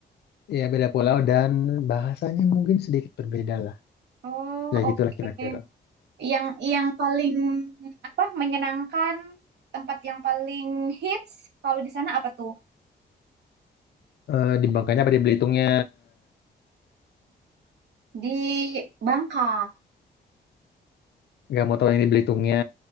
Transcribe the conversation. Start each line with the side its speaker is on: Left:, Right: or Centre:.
Left: ya beda pulau dan bahasanya mungkin sedikit berbeda lah.
Right: Oh,
Left: Ya
Right: oke.
Left: gitulah kira-kira.
Right: Yang yang paling apa menyenangkan, tempat yang paling hits kalau di sana apa tuh?
Left: Eh, di Bangkanya apa di Belitungnya?
Right: Di Bangka.
Left: Gak mau tahu yang di Belitungnya.